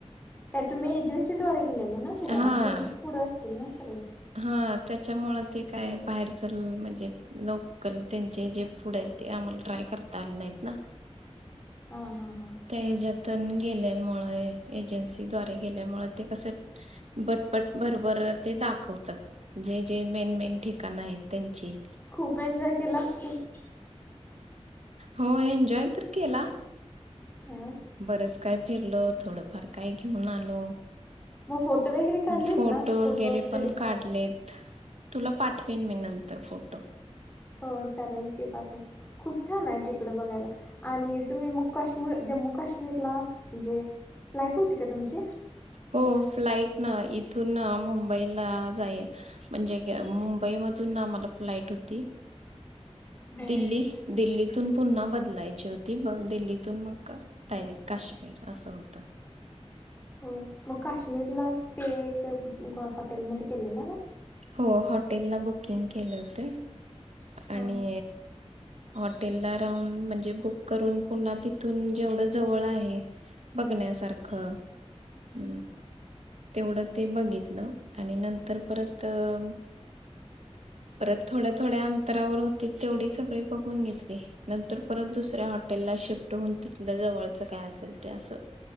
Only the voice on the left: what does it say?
काय तुम्ही एजन्सीद्वारे गेले ना फिरायला
मग त्यांच्याच पुढं असतील ना सगळे.
हा हा हा.
खूप एन्जॉय केला असशील.
हम्म.
म फोटो वगैरे काढलेस
ना
व्हिडिओ
हो चालेल की पाठव खूप छान आहे तिकडे बघायला. आणि तुम्ही काश्मीर जम्मू काश्मीरला म्हणजे फ्लाइट होती का तुमची.
होय
होय मग काश्मीरला स्टे कुठ हॉटेलमध्येध्ये केलेला का?
हा